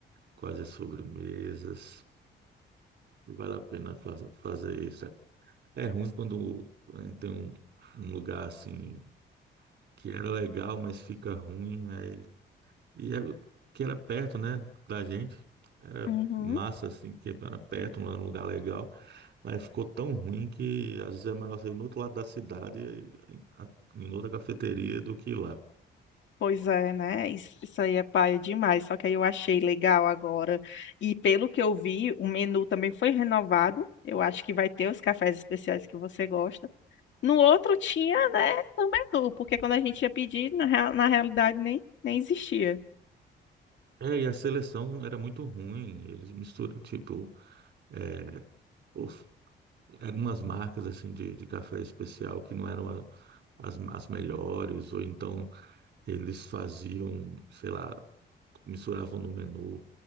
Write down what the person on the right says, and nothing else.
quais as sobremesas. Vale a pena fa- fazer isso. É ruim quando eh, tem um, um lugar assim que era legal, mas fica ruim. Aí, e era- que era perto, né, da gente. Era
massa, assim, que era perto, um lugar legal. Mas ficou tão ruim que às vezes é melhor sair no outro lado da cidade, em em outra cafeteria, do que ir lá.
É, e a seleção era muito ruim. Eles misturam, tipo, é, of- eram umas marcas assim de, de café especial que não eram a- as, as melhores, ou então Eles faziam, sei lá, misturavam no menu